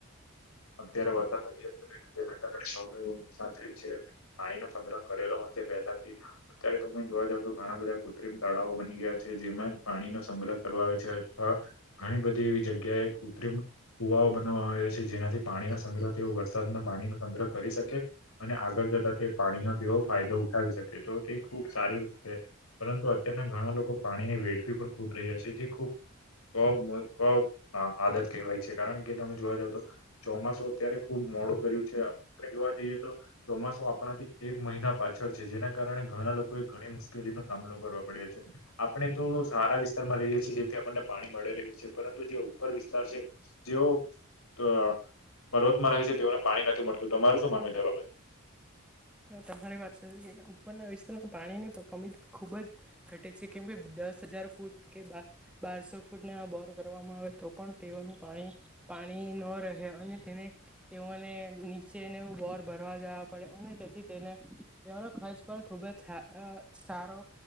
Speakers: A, on the left; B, in the centre.
A: અત્યારે વરસાદ નથી જતો રહ્યો તેના કારણે શને એવું નુકસાન થાય છે. પાણી નો સંગ્રહ કરેલો હશે પેલાથી અત્યારે ત પણ જોવા તો ઘણા બધા કૃત્રિમ તળાવઓ બની ગયા જેમાં પાણીનો સંગ્રહ કરવા આવે છે અથવા ઘણી બધી એવી જગ્યાએ કૃત્રિમ કુવાઓ બનવામાં આવે છે. જેનાથી પાણીનો સંગ્રહ તેઓ વરસાદના પાણીનો સંગ્રહ કરી શકે અને આગળ જ એટલે તે પાણીનો તેવો ફાયદો ઉઠાવી શકે તો તે ખુબ સારી રીતે પરંતુ અત્યારના ઘણા લોકો પાણીને વેડફી પણ ખૂબ રહ્યા છે, જે ખૂબ <unintelligible> આદત કહેવાય છે, કારણ કે તમે જોવા જાવ તો ચોમાસું અત્યારે ખુબ મોડું કર્યું છે, આપણે જોવા જઈએ તો ચોમાસું આપ આપણાથી એક મહિના પાછળ છે, જેના કારણે ઘણા લોકોએ ઘણી મુશ્કેલીનો સામનો કરવા પડ્યો છે, આપણે આપણે તો સારા વિસ્તારમાં રહીએ છીએ જેથી આપણને પાણી મળે રહે છે, પરંતુ જે ઉપર વિસ્તાર છે, જેઓ તો પર્વતમાં રહે છે, તેઓને પાણી નથી મળતું તમારું શું માનવું છે આ બાબતે?
B: તમારી વાત સાચી છે, ઉપરના વિસ્તારમાં પાણીની તો કમી ખુબ જ ઘટે છે, કેમ કે દસ હજાર ફૂટ કે બા બારસો ફૂટ ને આ બોર કરવામાં આવે તો પણ તેઓને પાણી પાણી ન રહે અને તેને તેઓને ને નીચે નેવું બોર ભરવા જવા પડે અને તે થી તેને એનો ખર્ચ પણ ખુબ જ સા સારો